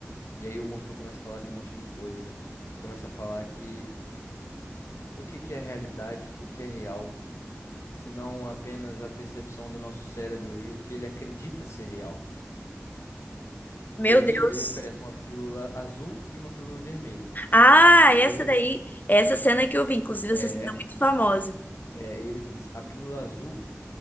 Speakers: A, on the left; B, on the left.
A: E aí o Morfeu começa a falar de um monte de coisa. Começa a falar que o que que é realidade, o que é real, se não apenas a percepção do nosso cérebro e o que ele acredita ser real.
B: Meu
A: E aí
B: Deus.
A: ele oferece uma pílula azul e uma pílula vermelha.
B: Ah,
A: A
B: essa
A: pílula
B: daí, essa cena que eu vi, inclusive
A: é,
B: essa cena é muito famosa.
A: é, ele diz, a pílula azul